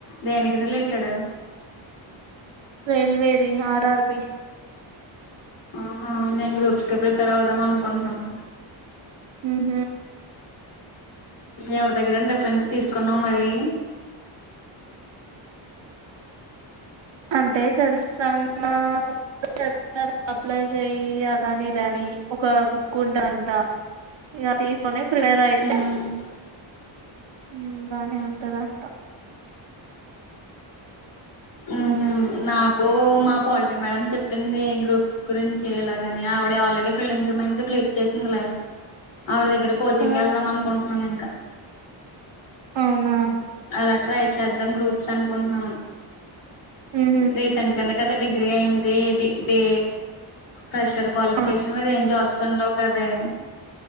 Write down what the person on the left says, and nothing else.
దేనికి రిలేటడ్
ఆహా నేను గ్రూప్స్ కే ప్రిపేర్ అవుదాం అనుకుంటున్నాను
ఎవరి దగ్గరన రిఫరెన్స్ తీసుకున్నా మరి
ఉమ్
ఉహు నాకు మా పాలిటి మేడం చెప్పింది గ్రూప్స్ గురించి ఇలాగని ఆవిడే already prelims mains clear చేసిందిలే ఆవిడ దగ్గర కోచింగ్
వెళ్దాం అనుకుంటున్నాను ఇంకా
అలా ట్రై చేద్దాం గ్రూప్ అనుకున్నాను
రీసెంట్ గానే అ డిగ్రీ అయింది ప్రెషర్ క్వాలిఫికేషన్
మీద ఏం జాబ్స్ ఉండవుకాదే